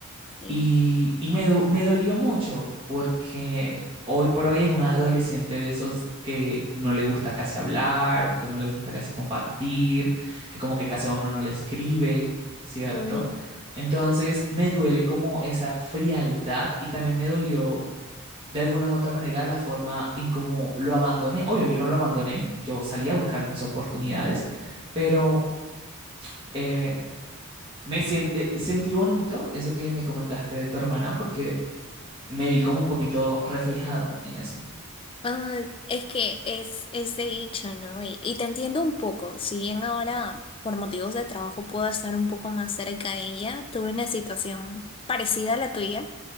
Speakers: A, on the left; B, on the right.
A: Sí.
B: Y, y me, du- me dolió mucho porque hoy por hoy es un adolescente de esos que no le gusta casi hablar, que no le gusta casi compartir, que como que casi a uno no le escribe, ¿cierto?
A: Uy.
B: Entonces me duele como esa frialdad y también me dolió de alguna u otra manera la forma en cómo lo abandoné. Obvio, yo no lo abandoné, yo salí a buscar mis oportunidades, pero eh, me sien- eh, sentí bonito eso que me comentaste de tu hermana porque me vi como un poquito reflejado en eso.
A: Ah, es que es, es de hecho, ¿no? Y, y te entiendo un poco, si bien ahora por motivos de trabajo puedo estar un poco más cerca de ella, tuve una situación parecida a la tuya,